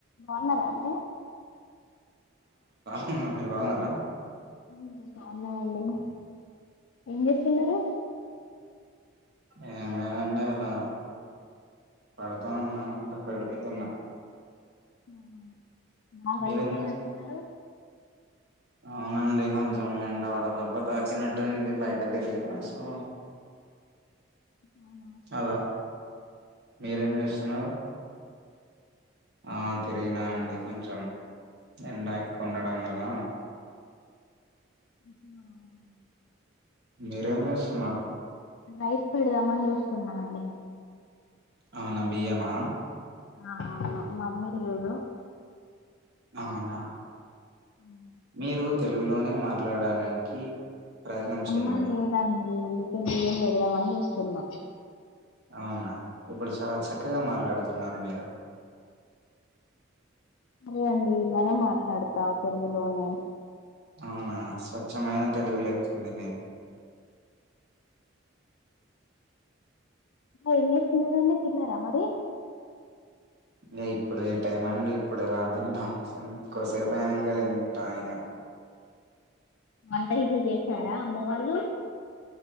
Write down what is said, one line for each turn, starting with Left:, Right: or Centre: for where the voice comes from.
Left: బాగున్నారా అండి
Right: వున్నం మీరు బాగున్నారా
Left: హ్మ్ బావున్నం అండి ఏం చేస్తున్నారు.
Right: ఏం లేదండి. అలా పడుకొని ఉన్నానంతే బెడ్ మీద ఉన్నా.
Left: అవున బాగా
Right: మీరేం
Left: అలిసిపోయినట్టున్నారు?
Right: చేస్ అవునండి. కొంచెం ఎండవడదెబ్బ తాకినట్టుంది. బయట తిరిగిన సో
Left: అవునా
Right: అలా మీరేం చేస్తున్నారు? ఆ తిరిగినా అండి కొంచెం. ఎండ ఎక్కువ్ ఉండడం వల్ల
Left: ఉహ్ హు అవునా
Right: మీరేం చేసున్నారు
Left: రైస్ పెడదామని చూస్తున్నా అండి నే
Right: అవునా బియ్యమా
Left: ఆ అవును మమ్మీ లేదు
Right: అవునా
Left: ఉమ్
Right: మీరు తెలుగులోనే మాట్లాడడానికి ప్రయత్నం
Left: అమ్మ
Right: చేయండి
Left: లేదండి అందు బియ్యం పెడదామని చూస్తున్న
Right: అవునా ఇప్పుడు చాలా చక్కగా మాట్లాడుతు తిన్నాను మీరు
Left: సరే అండి ఇలానే మాట్లాడతా తెలుగులోనే
Right: అవునా స్వచ్ఛమైన తెలుగు లెక్కుంది మీది
Left: ఏం చేస్తున్నారండి తిన్నారా అండి తిన్నారా మరి
Right: నే ఇప్పుడే ఏ టైం ఐంది ఇప్పుడే ఎలా తింటాము కొసేపుయినాంగా తింటా ఇగ
Left: వంట ఇంట్లో చేసారా అమ్మ వాళ్ళు